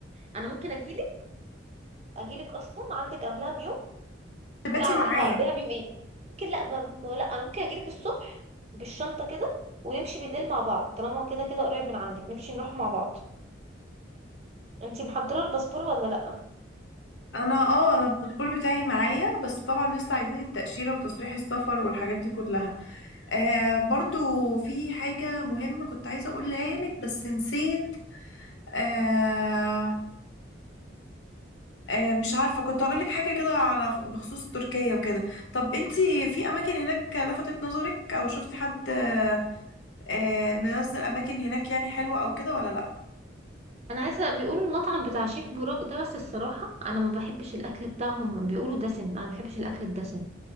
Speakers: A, on the right; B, on the left.
A: انا ممكن اجيلك اجيلك اصلا عندك قبلها بيوم
B: بيتي
A: لا عندها
B: معايا
A: قبلها بيوم ايه ممكن لا ب... لا انا ممكن اجيلك الصبح بالشنطه كده ونمشي بالليل مع بعض طالما كده كده قريب من عندك نمشي نروح مع بعض انتي محضره الباسبور ولا لا
B: انا اه انا الباسبور بتاعي معايا بس طبعا لسه عايزين التأشيرة وتصريح السفر والحاجات دي كلها آه برضو في حاجة مهمة كنت عايزة اقولها لك بس نسيت آه آه، مش عارفة كنت هقول لك حاجة كده على بخصوص تركيا وكده طب انتي في أماكن هناك لفتت نظرك أو شفتي حد آه، آه، منزل أماكن هناك يعني حلوة أو كده ولا لأ؟
A: انا عايزه بيقولوا المطعم بتاع شيف بوراك ده بس الصراحه انا ما بحبش الاكل بتاعهم بيقولوا دسم انا ما بحبش الاكل الدسم